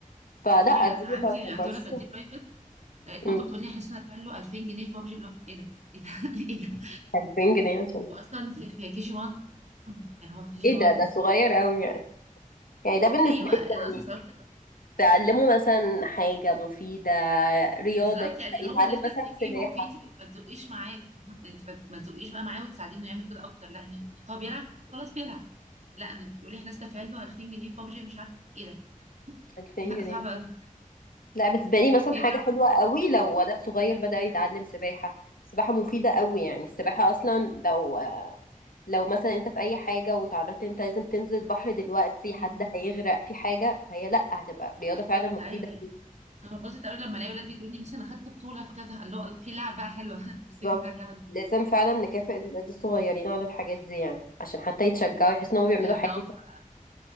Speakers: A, on the left; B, on the right.
A: فلا
B: هي انا
A: دي ما
B: عندي
A: تعتبرش
B: عندي ولد بديه برايفت لقيت مامته
A: أمم،
B: بتقول لي احس ان انا دافع له 2000 جنيه في بابجي اللي هو ايه ده ايه ده <laughs> ايه ده
A: 2000 جنيه عشان
B: واصلا في في كي جي 1 يعني هو في كي جي
A: ايه
B: 1
A: ده ده صغير قوي يعني يعني ده بالنسبه
B: ايوه
A: لي
B: انا اصلا
A: يعني
B: صرفت
A: تعلموا مثلا حاجه مفيده رياضه
B: بالظبط يعني
A: يتعلم
B: هو داخل
A: مثلا
B: في الجيم
A: سباحه
B: اوكي انت ما ما تزقيش معاه فاهمة؟ انت ما ما تزقيش بقى معاه وتساعدينه يعمل كده اكتر لا إن هو بيلعب خلاص بيلعب لا انا بتقولي احنا دافعين له 2000 جنيه في بابجي مش عارفه ايه ده
A: 2000
B: <laughs> لا
A: جنيه
B: صعب قوي
A: لا بالنسبة لي مثلا
B: ايه
A: حاجة
B: الرقم
A: حلوة
B: ده
A: قوي لو
B: إيه؟
A: ولد صغير بدأ يتعلم سباحة السباحة مفيدة قوي يعني السباحة أصلا لو لو مثلا أنت في أي حاجة وتعرضت أنت لازم تنزل بحر دلوقتي حد
B: أمم،
A: هيغرق في حاجة فهي لأ هتبقى رياضة
B: بالظبط
A: فعلا مفيدة
B: ايوه ايوه
A: ليك.
B: انا ببسط قوي لما الاقي ولاد بتقول لي ميس انا خدت بطوله في كذا قال له في لعب بقى حلوه <laughs> مسك
A: بالظبط
B: من هذا اللعبه
A: لازم فعلا نكافئ الولاد الصغيرين على الحاجات دي يعني عشان حتى يتشجعوا يحسوا إنهم بيعملوا
B: بجد
A: حاجة
B: اه بتبقى